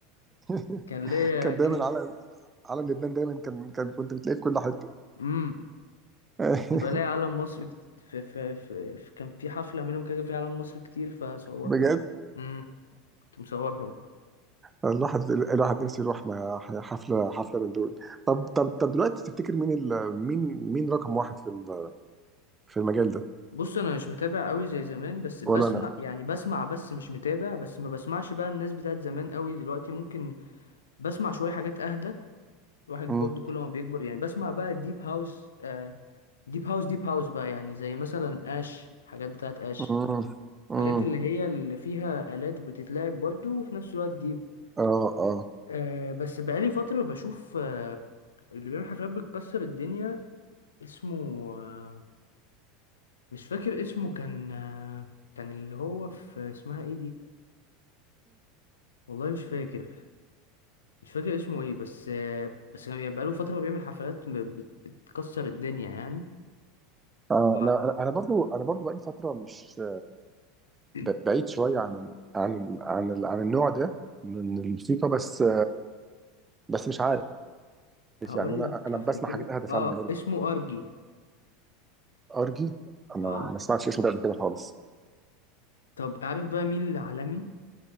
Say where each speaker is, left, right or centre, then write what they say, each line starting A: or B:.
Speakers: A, on the right (about 20°); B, on the left (about 85°).
A: <laughs>
B: كان ليا
A: كان
B: كده
A: دايما علم علم لبنان دايما كان كان كنت بتلاقيه في كل حته
B: امم
A: <laughs>
B: كنت بلاقي علم مصر كت- في, في, في, في كان في حفلة منهم كده في علم مصر كتير فصورت
A: بجد
B: امم كنت مصورها
A: الواحد الواحد نفسه يروح مع حفله حفله من دول طب طب طب دلوقتي تفتكر مين ال... مين مين رقم واحد في ال... في المجال ده
B: بص انا مش متابع قوي زي زمان بس بسمع
A: ولا انا
B: يعني بسمع بس مش متابع بس ما بسمعش بقى الناس بتاعت زمان قوي دلوقتي ممكن بسمع شوية حاجات اهدى الواحد
A: امم
B: برضو كل ما بيكبر يعني بسمع بقى الديب هاوس آه ديب هاوس ديب هاوس بقى يعني زي مثلا اش حاجات بتاعت اش
A: امم امم
B: حاجات اللي هي اللي فيها آلات بتتلعب برضو وفي نفس الوقت ديب
A: اه اه
B: آه بس بقالي فترة بشوف آه اللي بيعمل حفلات بتكسر الدنيا اسمه آه مش فاكر اسمه كان آه كان اللي هو في اسمها ايه دي والله مش فاكر مش فاكر اسمه ايه بس بس كان يعني بقاله فترة بيعمل حفلات ب- بت- بتكسر الدنيا يعني
A: آه
B: وع-
A: انا
B: و-
A: انا أنا برضو انا برضو بقالي فتره مش
B: <clears throat>
A: ب- بعيد شويه عن ال عن ال عن ال عن النوع ده من الموسيقى بس بس مش عارف
B: هقول
A: يعني انا
B: لك
A: انا
B: هفتكر
A: بسمع حاجات اهدى فعلا
B: اه
A: برضو
B: اسمه ارجي
A: ارجي انا
B: اه
A: ما سمعتش اسمه ده قبل كده خالص
B: طب عارف بقى مين اللي عالمي